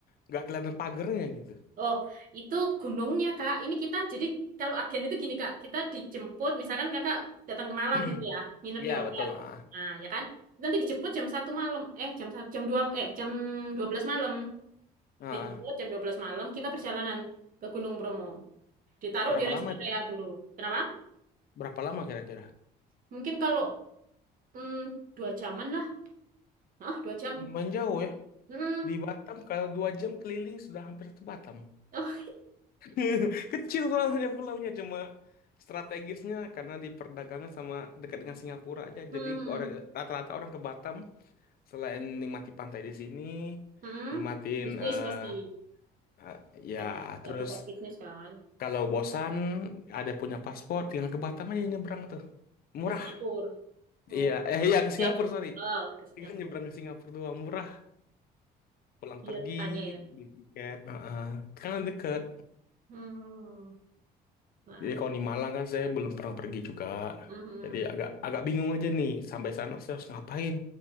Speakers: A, on the left; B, on the right.
A: nggak kelihatan pagernya gitu.
B: Oh, itu gunungnya, Kak. Ini kita jadi kalau agen itu gini, Kak. Kita dijemput, misalkan Kakak datang ke Malang
A: <clears throat>
B: gitu ya, nginep
A: Iya
B: di hotel.
A: betul. Ah,
B: Nah, ya kan? Nanti dijemput jam satu malam. Eh, jam satu jam dua eh, jam dua belas malam.
A: ah.
B: Dijemput jam 12 malam, kita perjalanan ke Gunung Bromo. Ditaruh
A: Berapa
B: di rest
A: lama
B: area
A: itu Pak?
B: dulu. Kenapa?
A: Berapa lama kira-kira?
B: Mungkin kalau mm, dua jaman lah. Ah, dua jam.
A: Lumayan jauh ya.
B: Mm,
A: Di Batam kalau dua jam keliling sudah hampir ke Batam.
B: Oh,
A: <laughs> Kecil soalnya pulaunya cuma strategisnya karena di perdagangan sama dekat dengan Singapura aja.
B: <laughs> mm,
A: Jadi orang
B: mm,
A: rata-rata orang ke Batam selain nikmati pantai di sini,
B: mm.
A: nikmatin
B: Bisnis
A: eh
B: pasti
A: eh, ya
B: banyak
A: terus
B: eh, tempat bisnis kan.
A: Kalau bosan, ada punya paspor, tinggal ke Batam aja nyebrang tuh. Murah.
B: Ke Singapura. Oh.
A: Iya, eh iya ke Singapura,
B: Eh,
A: sorry.
B: ah ke Singapura.
A: Tinggal nyebrang ke Singapura doang, murah. Pulang
B: Iya,
A: pergi,
B: katanya ya.
A: beli tiket. Heeh. Kan deket.
B: Hmm. Nah,
A: Jadi kalau di Malang kan saya belum pernah pergi juga.
B: mhm.
A: Jadi agak agak bingung aja nih, sampai sana saya harus ngapain.